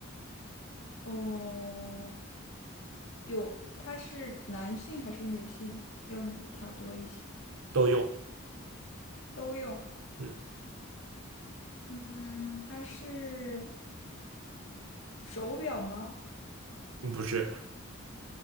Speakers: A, on the left (about 65°); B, on the right (about 75°).
A: 嗯，有，它是男性还是女性用的它多一些？
B: 都用。
A: 都用。
B: 嗯，
A: 嗯，它是手表吗？
B: 不是。